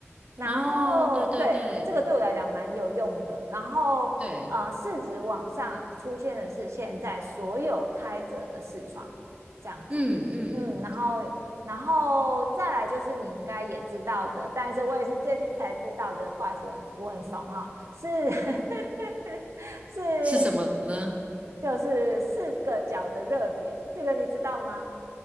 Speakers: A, on the right; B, on the right.
A: 然后对这个对我来讲蛮有用的。
B: 哦，对对对
A: 然后呃，
B: 对。
A: 市值往上出现的是现在所有开着的视窗这样子，
B: 嗯嗯，
A: 嗯，然后然后再来就是你应该也知道的，但是我也是最近才知道的，不好意思，我很我很怂哈，是 <laughs> 是
B: 是什么呢？
A: 就是四个角的热点，这个你知道吗？